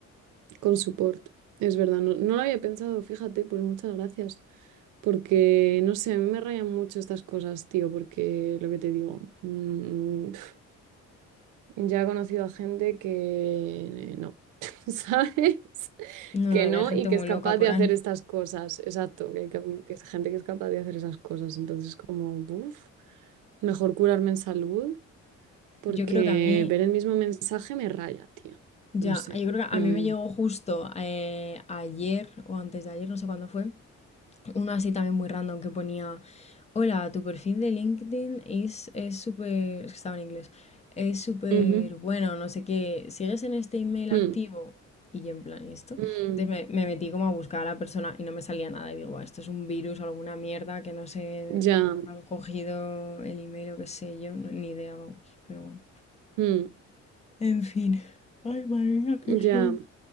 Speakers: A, on the right (about 85°); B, on the left (about 20°).
A: con support. Es verdad, no, no lo había pensado, fíjate, pues muchas gracias. Porque, no sé, a mí me rayan mucho estas cosas, tío, porque lo que te digo, mm, pf, ya he conocido a gente que eh, no, <laughs> ¿sabes?
B: No,
A: Que
B: no,
A: no
B: que hay gente
A: y que
B: muy
A: es capaz
B: loca por
A: de hacer
B: ahí.
A: estas cosas, exacto, que, que- que es gente que es capaz de hacer esas cosas. Entonces, como, uff, mejor curarme en salud, porque
B: Yo creo que a mí
A: ver el mismo mensaje me raya, tío.
B: Ya,
A: No sé,
B: yo creo que a
A: ya
B: mí
A: veo.
B: me llegó justo eh, ayer o antes de ayer, no sé cuándo fue, uno así también muy random que ponía, hola, tu perfil de LinkedIn es es súper, es que estaba en inglés, es súper
A: Ujú,
B: bueno, no sé qué, ¿sigues en este email
A: mm,
B: activo? Y yo en plan, ¿y ¿esto?
A: mm,
B: Entonces me, me metí como a buscar a la persona y no me salía nada y digo, "Buah, esto es un virus alguna mierda que no sé
A: ya,
B: cómo habrán cogido el email o qué sé yo, no- ni idea, vamos, pero bueno.
A: mm,
B: En fin. Ay, madre mía,
A: ya.
B: qué sueño.